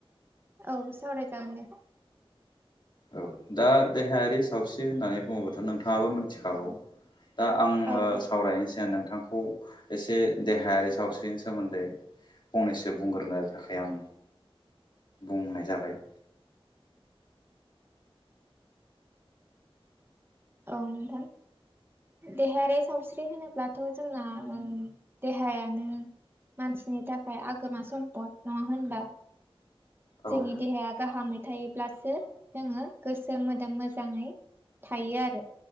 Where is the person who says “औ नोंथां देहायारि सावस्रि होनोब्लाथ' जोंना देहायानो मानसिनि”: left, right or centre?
Right